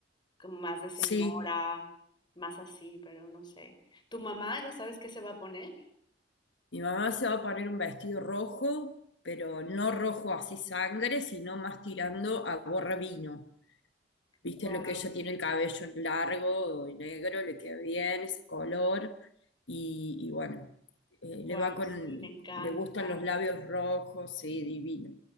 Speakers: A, on the left; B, on the left.
A: Como más de señora,
B: Sí,
A: más así, pero no sé. ¿Tu mamá ya sabes qué se va a poner?
B: mi mamá se va a poner un vestido rojo, pero no rojo así sangre, sino más tirando a borra vino. Viste
A: Wow,
B: lo que ella tiene el cabello largo y negro, le queda bien ese color. Y, y bueno, eh, le
A: wow,
B: va con,
A: sí, me encanta.
B: le gustan los labios rojos, sí, divino.